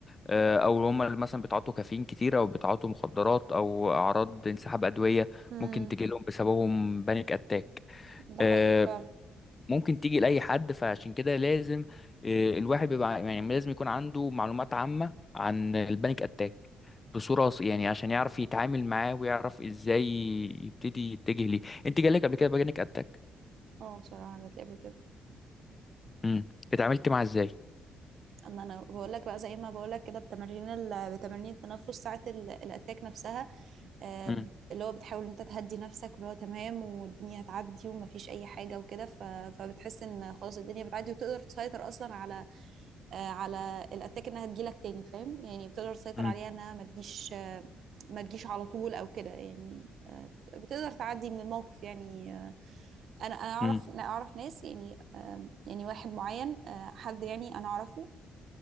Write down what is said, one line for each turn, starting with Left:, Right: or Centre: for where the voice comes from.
Left: آه، او اللي هم اللي مثلا بيتعاطوا كافيين كتير او بيتعاطوا مخدرات او اعراض انسحاب ادوية
Right: امم
Left: ممكن تجي لهم بسببهم بانيك اتاك
Right: ده
Left: آه،
Right: حقيقي فعلا
Left: ممكن تيجي لاي حد فعشان كده لازم آه، الواحد بيبقى يعني لازم يكون عنده معلومات عامة عن البانيك اتاك بصورة ص- يعني عشان يعرف يتعامل معاه ويعرف ازاي يبتدي يتجه ليه انت جالك قبل كده بانيك اتاك
Right: اه بصراحة جات لي قبل كده
Left: امم اتعاملت معاه ازاي
Right: اما انا بقول لك بقى زي ما بقول لك كده بتمارين ال- بتمارين التنفس ساعة ال- الاتاك نفسها آه،
Left: امم
Right: اللي هو بتحاول إن انت تهدي نفسك واللي هو تمام والدنيا هتعدي ومفيش اي حاجة وكده ف- فبتحس ان خلاص الدنيا بتعدي وتقدر تسيطر اصلا على آه، على الاتاك انها تجيلك تاني فاهم يعني بتقدر تسيطر
Left: امم
Right: عليها انها ما تجيش ما تجيش على طول او كده يعني آه، بتقدر تعدي من الموقف يعني آه، انا انا اعرف
Left: امم
Right: أنا اعرف ناس يعني آم، يعني واحد معين آه، حد يعني انا اعرفه